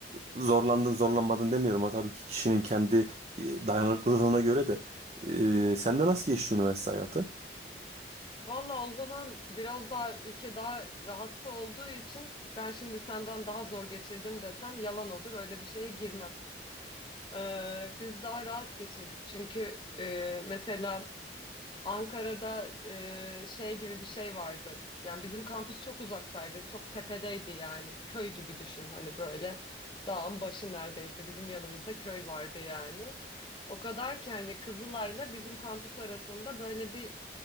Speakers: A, on the right; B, on the left.
A: zorlandın, zorlanmadın demiyorum. O tabii ki kişinin kendi e, dayanıklılığına göre de. E, sende nasıl geçti üniversite hayatı?
B: Valla o zaman biraz daha ülke daha rahatta olduğu için ben şimdi senden daha zor geçirdim desem yalan olur öyle bir şeye girmem. Ee, biz daha rahat geçirdik çünkü e, mesela Ankara'da e, şey gibi bir şey vardı. Yani bizim kampüs çok uzaktaydı. Çok tepedeydi yani. Köy gibi düşün hani böyle. Dağın başı neredeyse. Bizim yanımızda köy vardı yani. O kadar ki hani Kızılay'la bizim kampüs arasında böyle bir